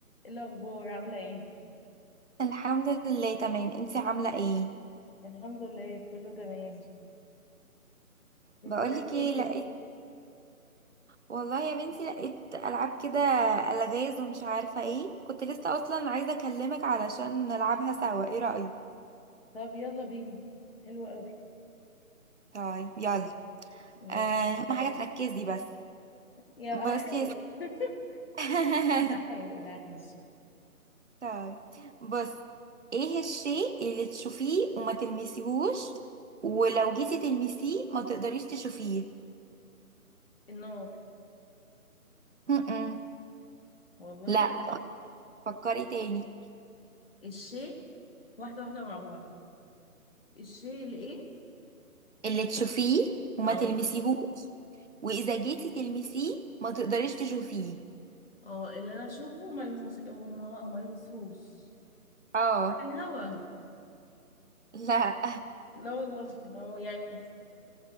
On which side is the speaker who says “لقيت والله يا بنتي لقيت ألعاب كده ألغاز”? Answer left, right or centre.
Right